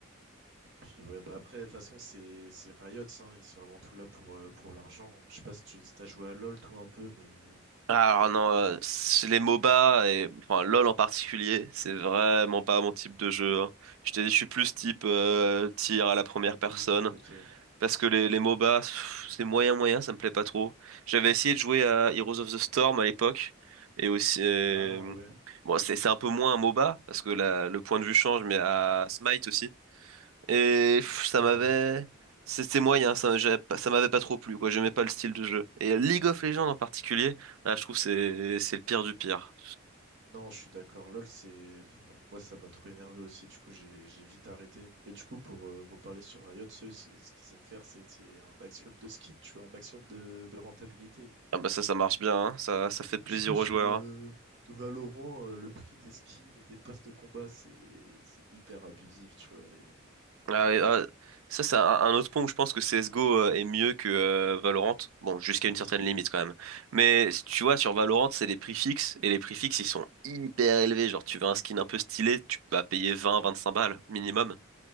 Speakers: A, on the right; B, on the right.
A: Puis ouais, bah après, de toute façon, c'est c'est Riot, hein, ils sont avant tout là pour, euh, pour l'argent. Je sais pas si tu si t'as joué à LoL, toi, un peu, mais...
B: Ah, Alors non, euh, c'est les MOBA et enfin LoL en particulier, c'est vraiment pas mon type de jeu. hein. Je t'ai dit, je suis plus type euh, tir à la première personne
A: Oui, ok.
B: parce que les, les MOBA, pff, c'est moyen moyen, ça me plaît pas trop. J'avais essayé de jouer à Heroes of the Storm à l'époque et aussi euh,
A: Ah ouais,
B: bon, c'est c'est un peu moins un MOBA parce que la- le point de vue change, mais à Smite aussi. Et pff, ça
A: ah
B: m'avait.
A: oui.
B: C'était moyen, ça, j'avais pas- ça m'avait pas trop plu, quoi. J'aimais pas le style de jeu. Et League of Legends en particulier, là, je trouve que c'est c'est le pire du pire.
A: Non, je suis d'accord. LOL, c'est... Moi, ça m'a trop énervé aussi. Du coup, j'ai j'ai vite arrêté. Mais du coup, pour euh, reparler sur Riot, ceux, c'est- ce qu'ils aiment faire, c'est c'est un maximum de skins, tu vois, un maximum de, de rentabilité.
B: Ah bah ça, ça marche bien, hein. Ça, ça fait
A: Du
B: plaisir
A: coup, sur
B: aux joueurs.
A: euh,
B: hein.
A: Valorant, euh, le prix des skins et des passes de combat, c'est c'est hyper abusif, tu vois. Et...
B: Ah, et, ah, ça, c'est un, un autre point où je pense que CSGO euh, est mieux que euh, Valorant. Bon, jusqu'à une
A: Oui.
B: certaine limite quand même. Mais tu vois, sur Valorant, c'est les prix fixes, et les prix fixes, ils sont hyper élevés. Genre, tu veux un skin un peu stylé, tu vas payer 20, 25 balles minimum.